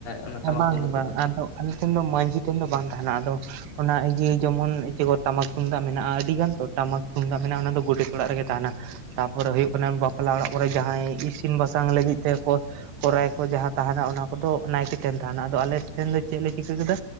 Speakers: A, on the left; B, on the right.
A: ᱚᱱᱟ ᱴᱟᱢᱟᱠ
B: ᱵᱟᱝ
A: ᱛᱩᱢᱫᱟᱜ
B: ᱵᱟᱝ
A: ᱠᱚᱫᱚᱼᱼ
B: ᱟᱫᱚ ᱟᱞᱮ ᱴᱷᱮᱱ ᱫᱚ ᱢᱟᱹᱡᱷᱤ ᱴᱷᱮᱱ ᱫᱚ ᱵᱟᱝ ᱛᱟᱦᱮᱱᱟ ᱟᱫᱚᱼᱼ ᱚᱱᱟ ᱤᱭᱟᱹ ᱡᱮᱢᱚᱱ ᱴᱟᱢᱟᱠ ᱛᱩᱢᱫᱟᱜ ᱢᱮᱱᱟᱜᱼᱟ ᱟᱹᱰᱤ ᱜᱟᱱ ᱛᱚ ᱴᱟᱢᱟᱠ ᱛᱩᱢᱫᱟᱜ ᱢᱮᱱᱟᱜ-ᱟ ᱚᱱᱟ ᱫᱚ ᱜᱚᱰᱮᱛ ᱚᱲᱟᱜ ᱨᱮᱜᱮ ᱛᱟᱦᱮᱱᱟ᱾ ᱛᱟᱯᱚᱨᱮ ᱦᱩᱭᱩᱜ ᱠᱟᱱᱟ ᱵᱟᱯᱞᱟ ᱚᱲᱟᱜ ᱠᱚᱨᱮ ᱡᱟᱦᱟᱸᱭ ᱤᱥᱤᱱ ᱵᱟᱥᱟᱝ ᱞᱟᱹᱜᱤᱫ ᱛᱮᱠᱚᱼᱼ ᱠᱚᱨᱟᱭ ᱠᱚ ᱡᱟᱦᱟᱸ ᱛᱟᱦᱮᱱᱟ ᱚᱱᱟ ᱠᱚᱫᱚ ᱱᱟᱭᱠᱮ ᱴᱷᱮᱱ ᱛᱟᱦᱮᱱᱟ ᱟᱫᱚ ᱟᱞᱮ ᱴᱷᱮᱱ ᱫᱚ ᱪᱮᱫ ᱞᱮ ᱪᱤᱠᱟᱹ ᱠᱮᱫᱟ᱾᱾